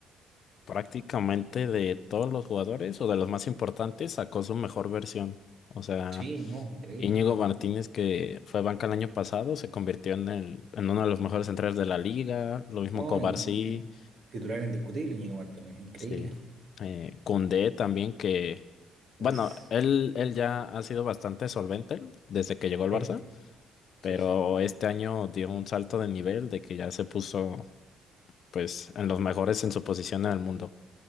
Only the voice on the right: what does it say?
Sí, no, increíble.
No,
in- in- ti- titular indiscutible, Íñigo Martínez, increíble.
Uf,
sí,
sí,
sí.